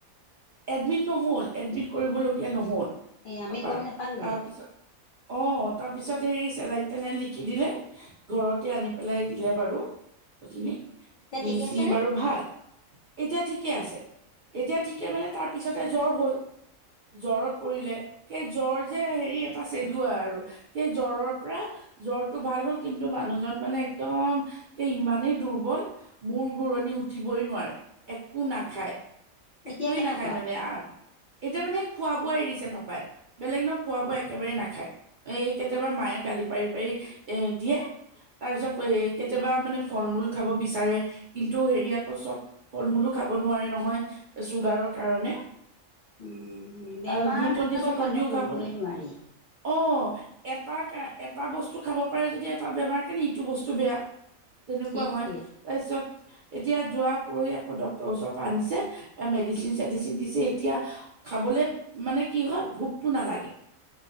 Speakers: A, on the right; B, on the left.
A: এডমিট নহল এডমিট কৰিবলগীয়া নহল
B: এই আমি
A: পপাৰ
B: গম নাপালোৱেই
A: তাৰপিছত অহ তাৰপিছত হেৰি চেলাইন তেলাইন লিখি দিলে ঘৰতে আনি পেলাই দিলে বাৰু সেখিনি
B: এতিয়া
A: দি
B: ঠিকে
A: চি
B: আছেনে
A: বাৰু ভাল এতিয়া ঠিকে আছে এতিয়া ঠিকে মানে তাৰ পিছতে জ্বৰ হ'ল জ্বৰত পৰিলে সেই জ্বৰ যে হেৰি এটা চেলোৱা আৰু সেই জ্বৰৰ পৰা জ্বৰটো ভাল হ'ল কিন্তু মানুহজন মানে একদম এই ইমানেই দুৰ্বল মূৰ ঘূৰণি উঠিবই নোৱাৰে একো নাখায় একোৱে
B: এতিয়া কেনেকুৱা
A: নাখায় মানে এতিয়া মানে খোৱা বোৱা এৰিছে পা পাপাই বেলেগ ন খোৱা বোৱা একেবাৰে নাখায় এই কেতিয়াবা মায়ে গালি পাৰি পাৰি এ দিয়ে তাৰ পিছত এ কেতিয়াবা মানে ফল মূল খাব বিচাৰে কিন্তু হেৰি আক চব ফল মূলো খাব নোৱাৰে নহয় চুগাৰৰ কাৰণে
B: উম বেমাৰ
A: আৰু গ্লুকন
B: বিলাকৰ
A: দি চুকন
B: মানুহে
A: দিও
B: ধৰিবই
A: খাব নাই
B: নোৱাৰি
A: অ এটা এটা বস্তু খাব পাৰে যদি এটা বেমাৰ কেনে ইটো বস্তু বেয়া তেনেকুৱা
B: সেইটোৱে
A: হয় তাৰ পিছত এতিয়া যোৱা পৰহি আকৌ ডক্তৰৰ ওচৰৰ পৰা আনিছে বা মেডিচিন চেডিচিন দিছে এতিয়া খাবলে মানে কি হয় ভোকটো নালাগে